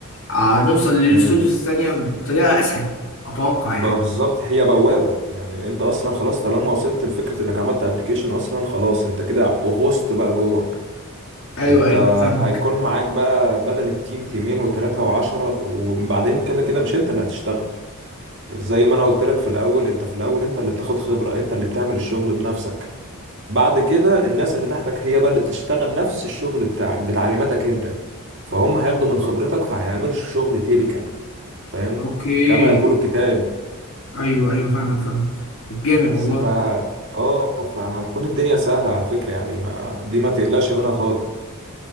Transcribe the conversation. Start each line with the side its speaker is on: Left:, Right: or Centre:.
Left: هنوصل للاستوديوز
Right: امم
Left: التانية بطريقه اسهل اتوقع
Right: بالظبط
Left: يعني
Right: هي بوابة يعني انت اصلا خلاص طالما وصلت لفكرة انك عملت ابليكيشن اصلا خلاص انت كده غصت بقى جوه
Left: ايوه
Right: انت
Left: ايوه فاهمك
Right: هيكون معاك بقى بدل التيم تيمين وتلاتة وعشرة وبعدين كده كده مش انت اللي هتشتغل زي ما انا قلت لك في الاول انت في الاول انت اللي بتاخد خبرة انت اللي بتعمل الشغل بنفسك بعد كده الناس اللي تحتك هي بقى اللي بتشتغل نفس الشغل بتاعك بتعليماتك انت فهم هياخدوا من خبرتك فهيعملوا الشغل تيبيكال فاهم
Left: اوكي
Right: كما يقول الكتاب
Left: ايوه ايوه فاهمك فاهمك طب جامد
Right: بس
Left: والله
Right: ف اه فهتكون الدنيا سهلة على فكرة يعني ما دي ما تقلقش منها خالص